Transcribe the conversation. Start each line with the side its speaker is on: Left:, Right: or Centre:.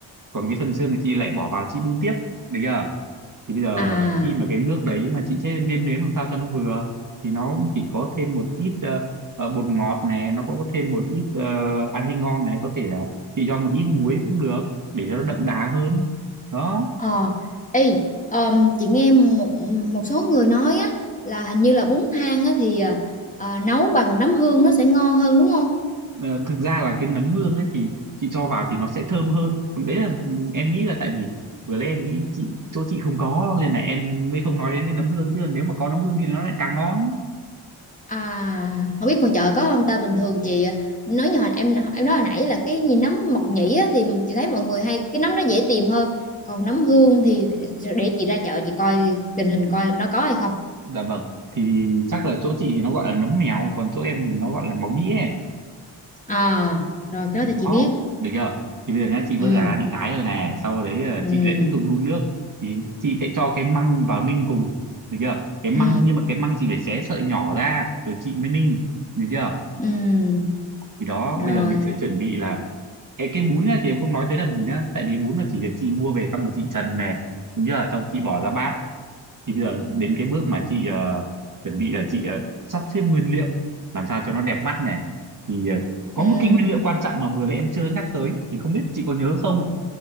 Right: Còn cái phần xương thì chị lại bỏ vào chị đun tiếp được chưa? thì bây giờ
Left: À.
Right: khi mà cái nước đấy mà chị sẽ nêm nếm làm sao cho nó vừa thì nó cũng chỉ có thêm một ít ờ, ờ, bột ngọt này nó có thêm một ít ờ, argi ngon này có thể là chị cho một ít muối cũng được để cho nó đậm đà hơn đó
Left: Ờ. Ê, ờm, chị nghe một một số người nói á là hình như là bún thang á thì à, à, nấu bằng nấm hương nó sẽ ngon hơn đúng không?
Right: Ờ, thực ra là cái nấm hương ấy thì chị cho vào thì nó sẽ thơm hơn còn đấy là ừ, em nghĩ là tại vì vừa nãy em nghĩ chị chỗ chị không có nên là em mới không nói đến cái nấm hương chứ nếu mà có nấm hương thì nó lại càng ngon
Left: À, không biết ngoài chợ có không ta bình thường chị à, nói như hồi em em nói hồi nãy là cái gì nấm mộc nhĩ á, thì chị thấy mọi người hay cái nấm nó dễ tìm hơn còn nấm hương thì để chị ra chợ chị coi tình hình coi nó có hay không
Right: dạ vâng thì chắc là chỗ chị thì nó gọi là nấm mèo còn chỗ em thì nó gọi là máu nhĩ ấy
Left: à rồi cái
Right: thì
Left: đó thì chị
Right: đó
Left: biết
Right: được chưa thì bây giờ nhá chị vớt
Left: ừ
Right: gà ra chị thái rồi nè sau đấy là
Left: ừ
Right: chị lại tiếp tục đun nước thì chị sẽ cho cái măng vào ninh cùng được chưa cái măng
Left: ừ
Right: nhưng mà cái măng chị phải xé sợi nhỏ ra rồi chị mới ninh được chưa
Left: ừ
Right: thì đó
Left: rồi
Right: bây giờ mình sẽ chuẩn bị là cái cái bún ấy, thì em không nói tới làm gì nữa tại vì bún là chỉ được chị mua về xong rồi chị trần nè đúng chưa xong chị bỏ ra bát thì bây giờ đến cái bước mà chị ờ, chuẩn bị là chị ờ, sắp xếp nguyên liệu làm sao cho nó đẹp mắt này thì ờ, có
Left: ừ
Right: một cái nguyên liệu quan trọng mà vừa nãy em chưa nhắc tới thì không biết chị có nhớ không